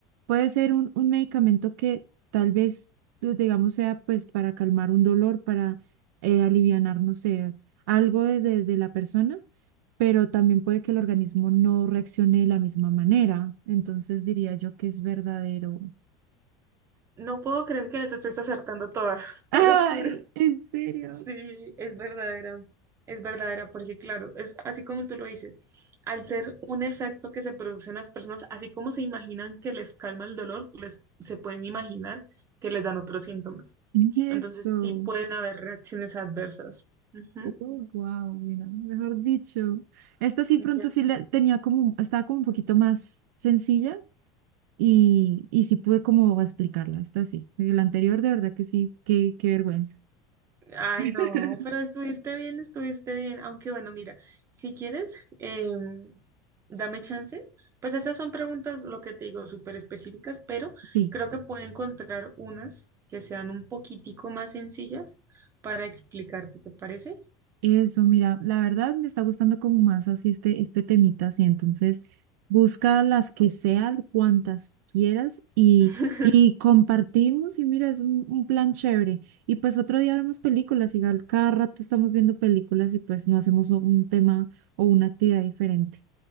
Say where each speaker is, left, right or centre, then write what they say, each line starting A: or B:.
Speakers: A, on the right; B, on the right.
A: Puede ser un, un medicamento que tal vez, pues, digamos, sea pues para calmar un dolor, para eh, alivianar, no sé, algo de, de de la persona pero también puede que el organismo no reaccione de la misma manera. Entonces diría yo que es verdadero,
B: No puedo creer que las estés acertando todas, <laughs> te
A: Ay,
B: lo juro.
A: en serio.
B: Sí, es verdadera, es verdadera, porque claro, es así como tú lo dices, al ser un efecto que se produce en las personas, así como se imaginan que les calma el dolor, les, se pueden imaginar que les dan otros síntomas.
A: Eso.
B: Entonces sí pueden haber reacciones adversas. Ujú.
A: Oh, wow, mira, mejor dicho. Esta sí
B: Ya.
A: pronto sí la tenía como, estaba como un poquito más sencilla y, y sí pude como explicarla. Esta sí. La anterior de verdad que sí, qué, qué vergüenza.
B: Ay,
A: <laughs>
B: no, pero estuviste bien, estuviste bien. Aunque bueno, mira, si quieres, em, dame chance. Pues esas son preguntas, lo que te digo, súper específicas, pero
A: Sí.
B: creo que puedo encontrar unas que sean un poquitico más sencillas para explicarte, ¿te parece?
A: Eso, mira, la verdad me está gustando como más así este, este temita, así entonces busca las que sean, cuantas quieras y,
B: <laughs>
A: y compartimos y mira, es un, un plan chévere. Y pues otro día vemos películas, y cada rato estamos viendo películas y pues no hacemos un un tema o una actividad diferente.